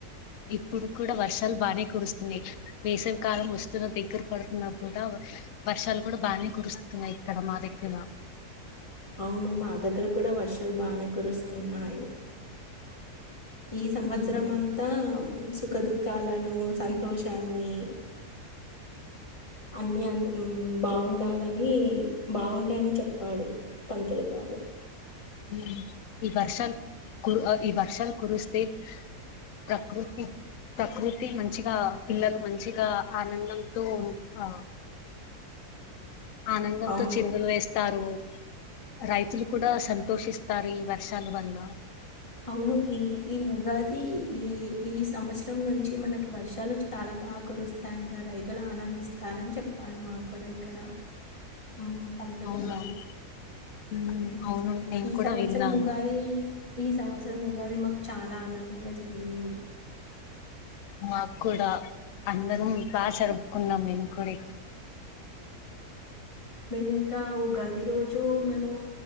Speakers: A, on the left (about 65°); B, on the left (about 20°).
A: ఇప్పుడుకూడ వర్ష లు బానే కురుస్తుంది వేసవికాలం వస్తున్న దగ్గర పడుతున్న కూడా వర్షాలు కూడా బాగనే కురుస్తున్నాయి ఇక్కడ మా దగ్గర
B: అవును మా దగ్గర కూడా వర్షాలు బానే కురుస్తున్నాయి ఈ సంవత్సరం
A: ఉమ్,
B: అంతా సుఖ దుఃఖాలను సంతోషాలిని అన్నీ బాగుండాలని బాగుంటాయ్ అని చెప్పాడు పంతులు గారు
A: ఉ ఈ వర్షాలు కురు ఈ వర్షాలు కురుస్తే ప్రకృతి ప్రకృతి మంచిగా పిల్లలు మంచిగా ఆనందంతో ఉ ఆ ఆనందంతో
B: అవును.
A: చిందులు వేస్తారు రైతులు కూడా సంతోషిస్తారు ఈ వర్షాల వల్ల
B: అవును. ఈ ఈ ఉగాది ఈ ఈ సంవత్సరం నుంచి మనకి వర్షాలు చాలా బాగా కురుస్తాయంట రైతులు ఆనందిస్త ఇస్తారని చెప్పాడు మా కూడా ఇక్కడ మ్ పంతులు
A: అవునవును
B: గారు
A: ఉమ్,
B: హ్మ్.
A: అవును నేను
B: ఈ
A: కూడా
B: సంవత్సరం
A: విన్నాను
B: ఉగాది ఈ సంవత్సరం ఉగాది మాకు చాలా ఆనందంగా జరిగింది
A: మాకు కూడా అందరం బాగా జరుపుకున్నాం మేము కూడా
B: మేము ఇంకా ఉగాది రోజు మేము